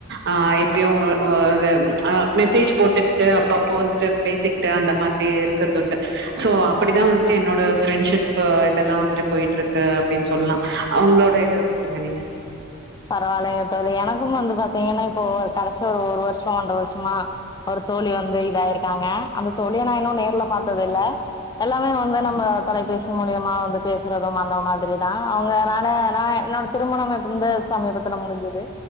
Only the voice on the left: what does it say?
பரவால்லைங்க தோழி எனக்கும் வந்து பாத்தீங்கன்னா இப்போ ஓர் கடசியா ஒரு ஒரு வர்ஷ் போ ஒன்ற வர்ஷுமா ஒரு தோழி வந்து இதாயிருக்காங்க அந்த தோழிய நா இன்னு நேர்ல பாத்ததில்ல தல்லாமே வந்து நம்ப தொலைபேசி மூலியமா வந்து பேசுறதும் அந்த மாதிரி தா அவங்கனால நா என்னோடு திருமணம் இப்புந்து சமீபத்துல முடிஞ்சுது